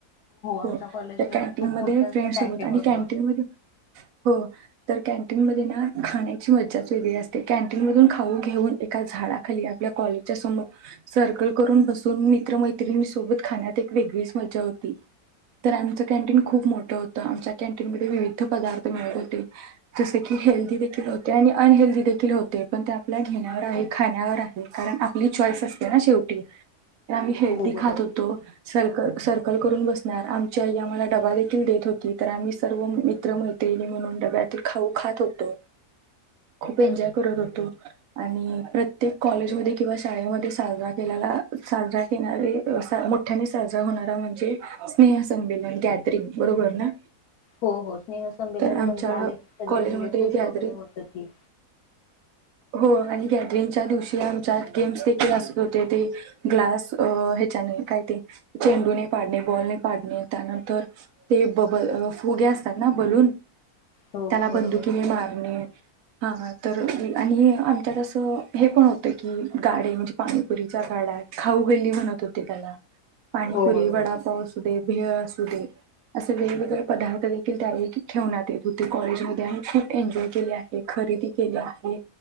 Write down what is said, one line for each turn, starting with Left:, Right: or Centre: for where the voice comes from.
Right: हो,
Left: आमच्या कॉलेजमध्ये
Right: त्या कॅन्टीन
Left: खूप
Right: मध्ये
Left: मोठं असं
Right: फ्रेंड सोबत
Left: कॅन्टीन
Right: आणि
Left: होतं
Right: कॅन्टीन मध्ये हो तर कॅन्टीन मध्ये ना खाण्याची मज्जाच वेगळी असते. कॅन्टीन मधून खाऊन घेऊन एका झाडाखाली आपल्या कॉलेज च्या समोर सर्कल करून बसून मित्र-मैत्रिणी सोबत खाण्यात एक वेगळीच मज्जा होती. तर आमचं कॅन्टीन खूप मोठं होतं. आमच्या कॅन्टीनमध्ये विविध पदार्थ मिळत होते. जसे की हेल्दी देखील होते आणि अन हेल्दी देखील होते. पण ते आपल्या घेण्यावर आहे खाण्यावर आहे. कारण आपली चॉईस असते ना शेवटी तर आम्ही हेल्दी
Left: हो बरोबर
Right: खात होतो. सरक सर्कल करून बसणार आमच्या आई आम्हाला डबा देखील देत होती तर आम्ही सर्व मित्र मै तेनी म्हणून डब्यातील खाऊ खात होतो. खूप एन्जॉय करत होतो. आणि प्रत्येक कॉलेजमध्ये किंवा शाळेमध्ये साजरा केलेला. साजरा केणारे असा मोठ्याने साजरा होणारा म्हणजे स्नेह संंमेलन, गॅदरिंग बरोबर ना?
Left: हो, हो स्नेह संंमेलन
Right: तर आमच्या
Left: म्हणजे आले की सगळे
Right: कॉलेजमध्ये
Left: मुले खुश
Right: गॅदरिंग
Left: वगैरे होत ती.
Right: हो आणि गॅदरिंगच्या दिवशी आमच्यात गेम्स देखील असत होते ते ग्लास अ ह्याच्याने काय ते चेंडू ने पाडणे बॉल पाडणे त्यानंतर ते बबल फुगे असतात ना बलून,
Left: हो
Right: त्याला
Left: बरोबर
Right: बंदुकीने मारणे. हा, हां तर आणि हे आमच्यातं असं हे पण होतं की, गाडी म्हजी पाणीपुरीच्या गाडा खाऊ गल्ली म्हणत होते त्याला. पाणीपुरी
Left: हो बरोबर
Right: वडापाव असू दे, भेळ असू दे असे वेगवेगळे पदार्थ देखील त्यावेळी ठेवण्यात येत होते. कॉलेजमध्ये आम्ही खूप एन्जॉय केले आहे. खरेदी केली आहे.